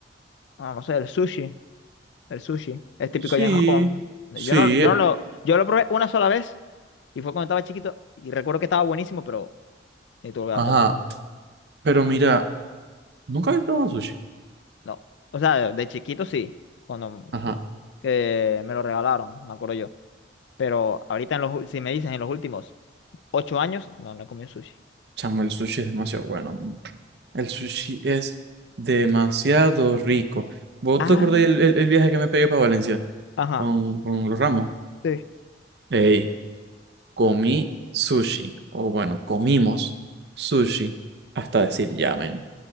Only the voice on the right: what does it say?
Sí,
sí.
eh,
Ajá.
Pero mira, nunca he probado sushi.
Ajá.
Chamo, el sushi es demasiado bueno, man. El sushi es demasiado rico. ¿Vos
te acordás el, el- el viaje que me pegué para Valencia
con, con los Ramos?
Ey, comí sushi. O bueno, comimos sushi. Hasta decir ya, man.